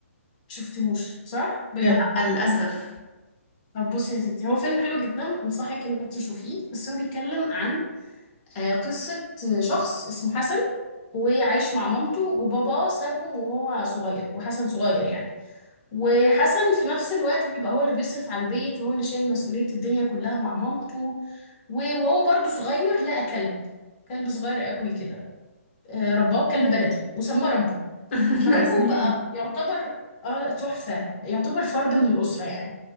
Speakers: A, on the left; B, on the left.
A: شفتيهوش صح بجد
B: لا للأسف
A: طب بصي يا ستي هو فيلم حلو جدا انصحك انك تشوفيه بس هو بيتكلم عن آه، قصة شخص اسمه حسن وعايش مع مامته وباباه سابهم وهو صغير وحسن صغير يعني وحسن في نفس الوقت بيبقى هو اللي بيصرف على البيت وهو اللي شايل مسؤولية الدنيا كلها مع مامته و- وهو برضه صغير لقى كلب كلب صغير قوي كده آه، رباه كلب بلدي وسماه رامبو
B: <laughs>
A: فرامبو
B: لذيذ
A: بقى يعتبر اه لا تحفة يعتبر فرد من الأسرة يعني